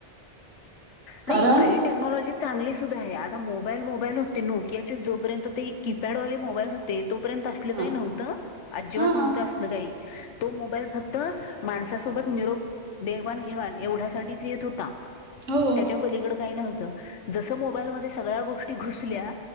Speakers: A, on the right; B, on the left.
A: कारण
B: नाही काही टेक्नॉलॉजी चांगले सुद्धा आहे आता मोबाईल मोबाईल होते नोकियाचे जोपर्यंत ते एक कीपॅड वाले मोबाईल होते तोपर्यंत असलं
A: हा
B: काही नव्हतं अं‌ अजिबात
A: हा
B: नव्हतं असलं काही तो मोबाईल फक्त माणसासोबत निरोप देवाण घेवाण एवढ्यासाठीच येत होता
A: हो
B: त्याच्या पलीकडं काही नव्हतं जसं मोबाईलमध्ये सगळ्या गोष्टी घुसल्या